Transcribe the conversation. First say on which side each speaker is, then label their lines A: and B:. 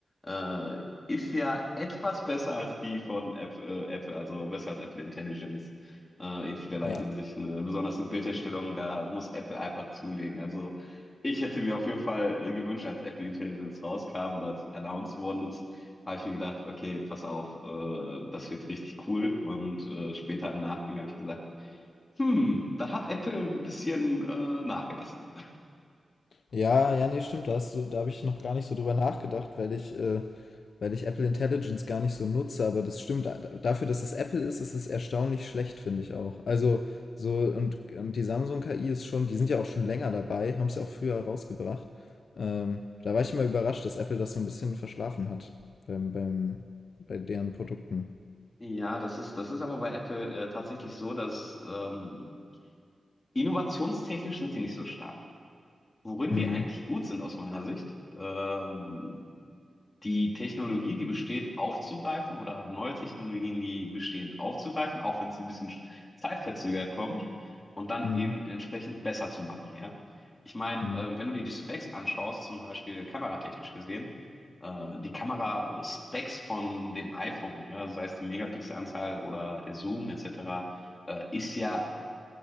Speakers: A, on the left; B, on the left.
A: äh, ist ja etwas besser als die von App, äh, Apple, also besser als Apple Intelligence äh, in vielerlei
B: Ja.
A: Hinsicht. Ne? Besonders in Bildherstellung, da muss Apple einfach zulegen. Also ich hätte mir auf jeden Fall äh, gewünscht, als Apple Intelligence rauskam oder als announced worden ist, habe ich mir gedacht, okay, pass auf, äh, das wird richtig cool. Und äh, später im Nachgang habe ich gesagt, hm, da hat Apple ein bisschen äh, nachgelassen.
B: Ja, ja, nee, stimmt, da hast du, da habe ich noch gar nicht so drüber nachgedacht, weil ich äh, weil ich Apple Intelligence gar nicht so nutze, aber das stimmt. Dafür, dass es Apple ist, ist es erstaunlich schlecht, finde ich auch. Also so, und, und die Samsung-KI ist schon, die sind ja auch schon länger dabei, haben es ja auch früher rausgebracht. Ähm, da war ich immer überrascht, dass Apple das so ein bisschen verschlafen hat beim, beim, bei deren Produkten.
A: Ja, das ist, das ist aber bei Apple äh, tatsächlich so, dass ähm, innovationstechnisch sind die nicht so stark. Worin
B: Hm,
A: die eigentlich gut sind aus meiner Sicht, ähm, die Technologie, die besteht, aufzugreifen oder neue Technologien, die bestehen, aufzugreifen, auch wenn es ein bisschen zeitverzögert kommt und dann
B: hm,
A: eben entsprechend besser zu machen, ja. Ich meine,
B: hm,
A: äh, wenn du dir die Specs anschaust, zum Beispiel kameratechnisch gesehen, äh, die Kamera-Specs von dem iPhone, ja, sei es die Megapixelanzahl oder der Zoom etc., äh, ist ja